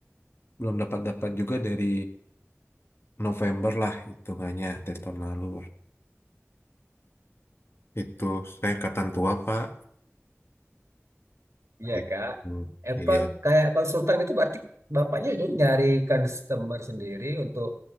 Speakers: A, on the left; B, on the right.
A: belum dapat-dapat juga dari November lah hitungannya dari tahun lalu. Itu saya angkatan tua, Pak.
B: iya
A: Gitu.
B: kak. Apa
A: Iya.
B: kayak konsultan gitu berarti bapaknya dulu nyari customer sendiri untuk